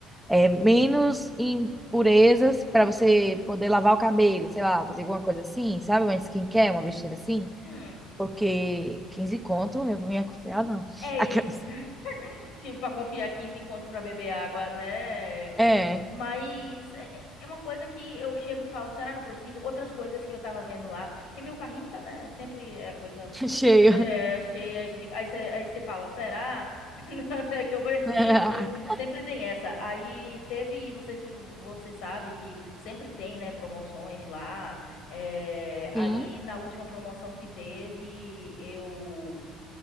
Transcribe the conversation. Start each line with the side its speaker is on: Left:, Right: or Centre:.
Centre: é, menos impurezas para você poder lavar o cabelo, sei lá,
Left: Hum.
Centre: fazer alguma coisa assim, sabe? Uma skincare, uma besteira assim.
Left: Hum,
Centre: Porque 15 conto, eu não ia confiar, não.
Left: é
Centre: <laughs>
Left: isso.
Centre: Aquelas-
Left: <laughs> Que pra confiar 15 conto pra beber água, né?
Centre: É,
Left: Mas é, é- é uma coisa que eu chego e falo, será que eu preciso? Outras coisas que eu tava vendo lá, porque meu carrinho tá, né, sempre é coisa
Centre: <laughs> cheio.
Left: é, cheia e de, aí você aí você fala, será <laughs> que eu preciso?
Centre: <laughs>
Left: Sempre tem essa. Aí teve, não sei se você sabe que sempre tem, né, promoções lá. É, aí
Centre: Sim.
Left: na última promoção que teve, eu